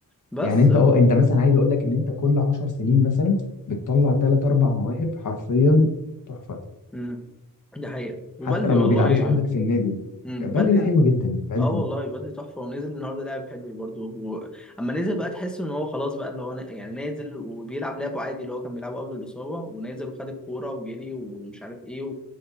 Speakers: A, in the centre; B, on the left.
A: بس
B: يعني انت اه انت مثلا عايز اقول لك ان انت كل 10 سنين مثلا بتطلع ثلاث اربع مواهب حرفيا تحفه
A: امم دي حقيقه وبلدي
B: حتى لو
A: والله
B: ما بيلعبوش عندك في النادي
A: امم
B: بلدي
A: بلدي
B: ده حلو جدا بلدي
A: اه والله بلدي تحفه ونزل النهارده لعب حلو برضه و... اما نزل بقى تحس ان هو خلاص بقى اللي هو ن... يعني نازل وبيلعب لعبه عادي اللي هو كان بيلعبه قبل الاصابه ونازل وخد الكوره وجري ومش عارف ايه و...